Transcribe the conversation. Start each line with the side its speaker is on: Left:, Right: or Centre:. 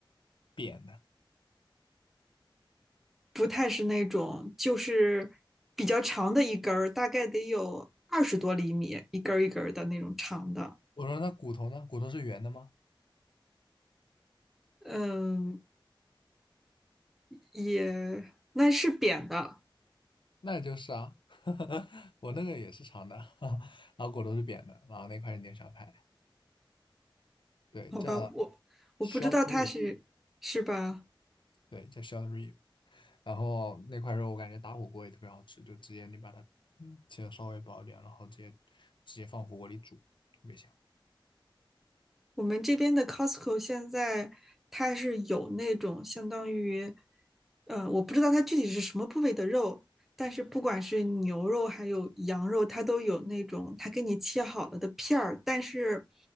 Left: 扁的？
Centre: 不太是那种就是比较长的一根儿，大概得有二十多厘米，一根儿一根儿的那种长的。
Left: 我说那骨头呢？骨头是圆的吗？
Centre: 嗯，也那是扁的，
Left: 那就是啊，<laughs> 我那个也是长的，<laughs> 然后骨头是扁的，然后那块是牛小排，对，
Centre: 好吧，
Left: 叫
Centre: 我我不知道它是是吧？
Left: short rib，对，叫 short rib。然后那块肉我感觉打火锅也特别好吃，就直接你把它嗯切的稍微薄一点，然后直接直接放火锅里煮，特别香。
Centre: 我们这边的 Costco 现在它是有那种相当于，呃，我不知道它具体是什么部位的肉，但是不管是牛肉还有羊肉，它都有那种它给你切好了的片儿，但是